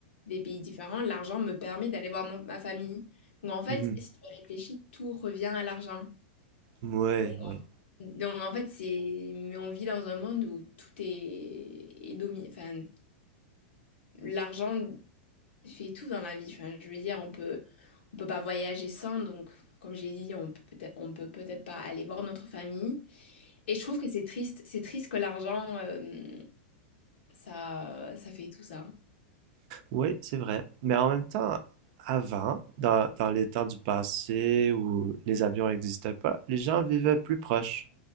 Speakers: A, on the left; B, on the right.
A: des pays différents, l'argent me permet d'aller voir mon- ma famille. Donc en fait,
B: Mhm.
A: si tu réfléchis, tout revient à l'argent.
B: Ouais,
A: Donc,
B: ouais.
A: donc, en fait, c'est, mais on vit dans un monde où tout est, est dominé enfin, l'argent. Il fait tout dans la vie. Enfin, je veux dire, on peut, on peut pas voyager sans. Donc, comme j'ai dit, on peut peut-être, on peut peut-être pas aller voir notre famille. Et je trouve que c'est triste. C'est triste que l'argent, euh, ça, ça fait tout ça.
B: Ouais, c'est vrai. Mais en même temps, avant, dans, dans les temps du passé où les avions n'existaient pas, les gens vivaient plus proches.